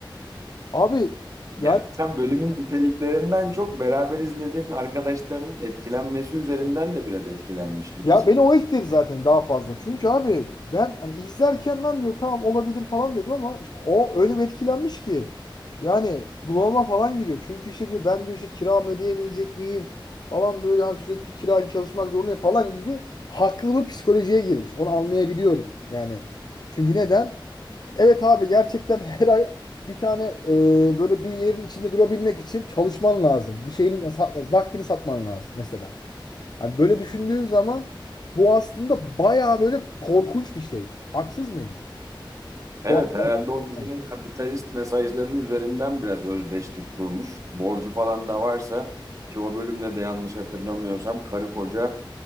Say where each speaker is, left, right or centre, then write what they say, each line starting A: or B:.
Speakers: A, on the left; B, on the right.
A: Abi
B: Yani
A: yani
B: sen bölümün niteliklerinden çok beraber izlediğin arkadaşlarının etkilenmesi üzerinden de biraz etkilenmiş gibisin.
A: ya beni o etkiledi zaten daha fazla. Çünkü abi ben hani izlerken lan diyorum tamam olabilir falan dedim ama işte o öyle bir etkilenmiş ki. Yani bunalıma falan giriyor. Çünkü işte diyor ben diyor işte kiramı ödeyemeyecek miyim falan böyle hani sürekli kira için çalışmak zorundayım falan gibi haklı bir psikolojiye girmiş. Onu anlayabiliyorum. Yani çünkü neden? Evet abi gerçekten her ay bir tane e, böyle bir yerin içinde durabilmek için çalışman lazım. Bir şeyin sa- vaktini satman lazım mesela. Hani böyle düşündüğün zaman bu aslında bayağı böyle korkunç bir şey. Haksız mıyım?
B: Evet,
A: Bu açıdan
B: herhalde
A: baktığım
B: o dizinin kapitalist mesajları üzerinden biraz özdeşlik kurmuş. Borcu falan da varsa ki o bölümde de yanlış hatırlamıyorsam karı koca